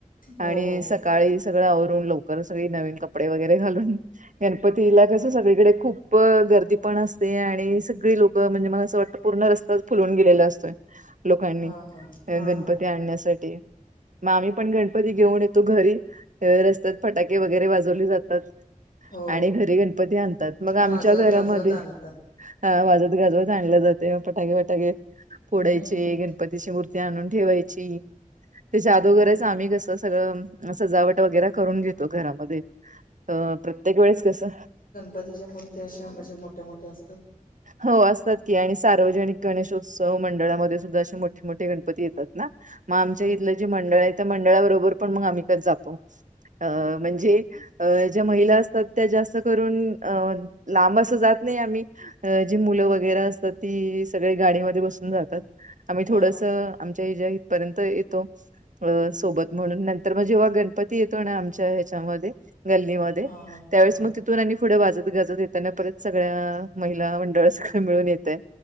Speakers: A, on the right (about 65°); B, on the left (about 85°).
A: आणि
B: हो हो
A: सकाळी सगळं आवरून लवकर सगळी नवीन कप डे वगैरे घालून गणपतीला कस सगळीकडे खूप गर्दी पण असते. ते आणि सगळी लोक म्हणजे मला असं वाटतं पूर्ण रस्ता फुलून गेलेला असतोय. लोकांनी
B: हा हा हा
A: गणपती
B: हा
A: आणण्यासाठी मग आम्ही पण गण पती घेऊन येतो घरी रस्त्यात फटाके वगैरे वाजवले जातात.
B: हो
A: आणि घरी गणपती आणतात मग आमच्या
B: वाजवत
A: घरामध्ये
B: गाजवत आणतात.
A: हा वाजत गाजवत आणलं जाते फटाके वटाके पोडायचे
B: हम्म हम्म
A: गणपती तिशी मूर्ती आणून ठेवायची, तेच्या जादोगरच
B: ह
A: आम्ही कस त सगळं सजावट वगैरे करून घेतो घरामध्ये त प्रत्येक वेळेस कसं
B: पतीच्या मूर्त्या अशा म्हणजे मोठ्या मोठ्या असतात.
A: हो असतात की आणि सार्वजनिक गणेशोत्सव मंडळामध्ये सुद्धा, असे मोठे मोठे गणपती येतात ना. म आमच्या
B: हा
A: इथलं जे मंडळ आहे त्या मंडळाबरोबर पण मग आम्ही कधी जातो अ म्हणजे अ ज्या महिला असतात त्या जास्त करून अ लांब अस जात नाही आम्ही अ जी मुलं वगैरे असतात ती सगळे गाडीमध्ये बसून जातात आम्ही
B: हा
A: थोडसं आमच्या हच्या इथपर्यंत येतो अ सोबत म्हणून नंतर म जेव्हा गणपती येतो ना आमच्या ह्याच्यामध्ये गल्लीमध्ये
B: हा हा हा
A: त्यावेळेस मग तिथून आणि पुढे वाजत गाजत येताना परत सगळ्या महि ला मंडळ सगळं मिळून येतय